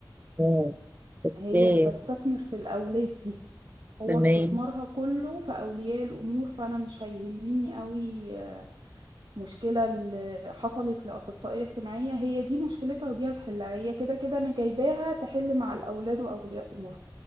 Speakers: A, on the right; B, on the right.
A: اه اوكي
B: هي بتستثمر في الاولاد دي هو
A: تمام
B: استثمارها كله في اولياء الامور فانا مش هيهمني قوي مشكلة اللي حصلت لأخصائية اجتماعية هي دي مشكلتها ودي هتحلها هي كده كده أنا جايباها تحل مع الأولاد وأولياء أمورهم